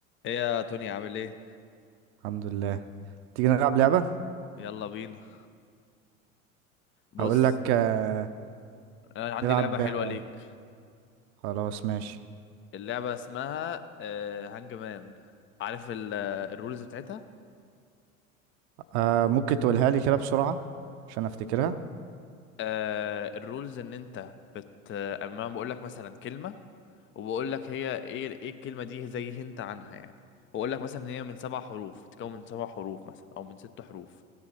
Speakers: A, on the left; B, on the right.
A: ايه يا توني عامل ايه
B: الحمد لله تيجي نلعب لعبة
A: يلا بينا بص
B: هقول لك آه،
A: انا عندي
B: نلعب
A: لعبة حلوة
B: آه،
A: ليك
B: خلاص ماشي
A: اللعبة اسمها آه، هانج مان عارف ال- آه، الرولز بتاعتها
B: آه، ممكن تقولها لي كده بسرعة عشان افتكرها
A: آه الرولز ان انت بت اما أنا بقول لك مثلا كلمه وبقول لك هي ايه ايه الكلمه دي زي هنت عنها يعني واقول لك مثلا ان هي من سبع حروف تتكون من سبع حروف مثلا او من ست حروف